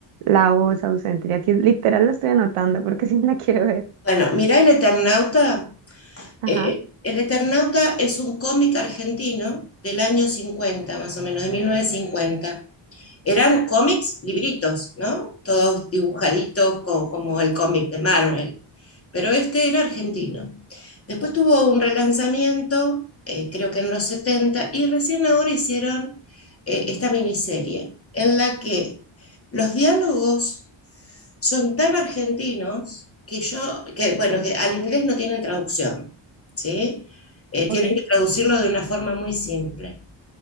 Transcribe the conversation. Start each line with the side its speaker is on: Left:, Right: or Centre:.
Right: La voz ausente. Y aquí literal la estoy anotando porque sí me la quiero ver.
Left: Bueno, mirá El Eternauta.
Right: Ajá.
Left: Eh, el Eternauta es un cómic argentino del año 50 más o menos, de 1950. Eran cómics, libritos, ¿no? Todos dibujaditos co- como el cómic de Marvel pero este era argentino. Después tuvo un relanzamiento, eh, creo que en los setenta y recién ahora hicieron eh, esta miniserie, en la que los diálogos son tan argentinos que yo, que bueno, que al inglés no tienen traducción, ¿sí? Eh, tienen
Right: Ok,
Left: que traducirlo de una forma muy simple.